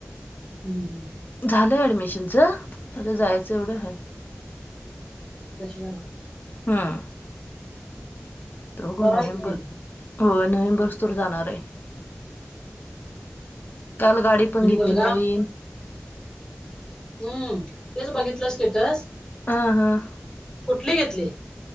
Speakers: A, on the left; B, on the left.
A: हम्, हम्,
B: झालं एडमिशनच आता जायचं एवढं आहे
A: रशियाला
B: हम्म दोघं
A: बरं
B: नोव्हेंबर
A: आहे की गेले तर
B: नोव्हेंबरलाच जाणार आहे. काल गाडी पण
A: आणि
B: घेतली
A: मुलगा
B: नवीन
A: हम्म तेच बघितलं स्टेटस
B: हं हं
A: कुठले घेतले